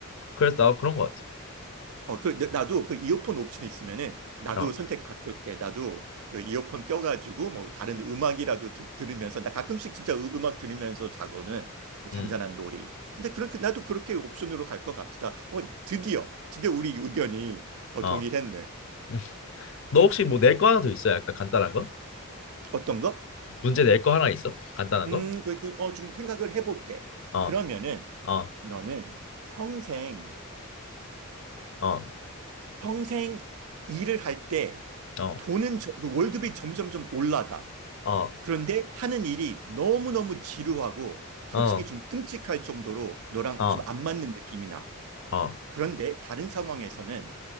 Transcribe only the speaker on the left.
그래서 나도 그런 것
같아. 어,
음,
어.
<laughs> 음. 너 혹시 뭐 낼 거 하나 더 있어? 약간 간단한 거?
문제 낼 거 하나 있어? 간단한
거?
어,
어,
어,
어,
어,
어,
어, 어,
어,